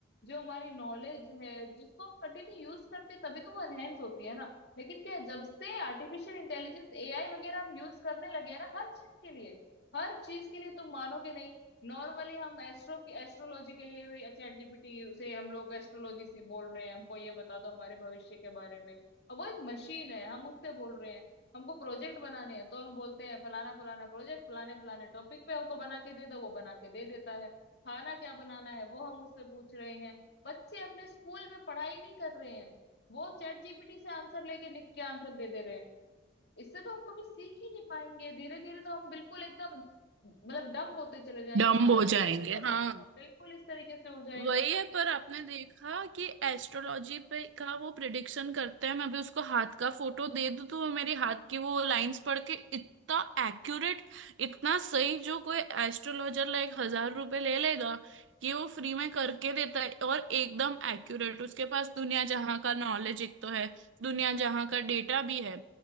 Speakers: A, on the left; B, on the right.
A: जो हमारी नॉलेज है जिसको हम कंटिन्यू यूज करते हैं, तभी तो वो एनहेंस होती है ना लेकिन क्या है, जब से आर्टिफिशियल इंटेलिजेंस एआई वगैरह हम यूज करने लगे हैं ना हर चीज के लिए हर चीज के लिए तुम मानोगे नहीं नॉर्मली हम एस्ट्रो एस्ट्रोलॉजी के लिए भी चैट जीपीटी से हम लोग एस्ट्रोलॉजी से बोल रहे हैं हमको ये बता दो हमारे भविष्य के बारे में और वो एक मशीन है हम उससे बोल रहे हैं हमको प्रोजेक्ट बनाने हैं तो हम बोलते हैं फलाना फलाना प्रोजेक्ट फलाने फलाने टॉपिक पे हमको बना के दे दो वो बना के दे देता है खाना क्या बनाना है वो हम उससे पूछ रहे हैं बच्चे अपने स्कूल में पढ़ाई नहीं कर रहे हैं वो चैट जीपीटी से आंसर लेके लिख के आंसर दे दे रहे हैं इससे तो हम कभी सीख ही नहीं पाएंगे धीरे धीरे तो हम बिल्कुल एकदम मतलब डम होते चले जाएंगे
B: डम्ब
A: हमारा
B: हो
A: तो
B: जाएंगे हाँ
A: हाँ बिल्कुल इस तरीके से हो जाएगा
B: वही है पर आपने देखा कि एस्ट्रोलॉजी पे का वो प्रिडिक्शन करते हैं मैं भी उसको हाथ का फोटो दे दूं तो वो मेरी हाथ की वो लाइंस पढ़ के इतना एक्यूरेट इतना सही जो कोई एस्ट्रोलॉजर लाइक हजार रुपए ले लेगा कि वो फ्री में करके देता है और एकदम एक्यूरेट उसके पास दुनिया जहां का नॉलेज एक तो है दुनिया जहां का डेटा भी है